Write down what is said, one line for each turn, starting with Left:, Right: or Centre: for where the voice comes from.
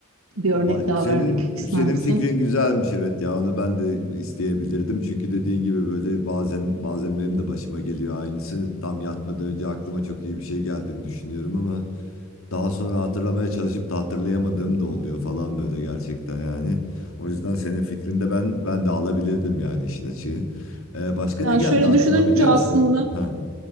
Right: bir
Left: Ba-
Right: örnek daha
Left: Senin
Right: vermek ister
Left: senin
Right: misin?
Left: fikrin güzelmiş evet ya onu ben de isteyebilirdim çünkü dediğin gibi böyle bazen bazen benim de başıma geliyor aynısı tam yatmadan önce aklıma çok iyi bir şey geldiğini düşünüyorum ama daha sonra hatırlamaya çalışıp da hatırlayamadığım da oluyor falan böyle gerçekten yani o yüzden senin fikrinde ben ben de alabilirdim yani işin açığı Ee, başka ne
Right: Yani
Left: geldi
Right: şöyle
Left: aklıma
Right: düşününce
Left: biliyor
Right: aslında
Left: musun? Ha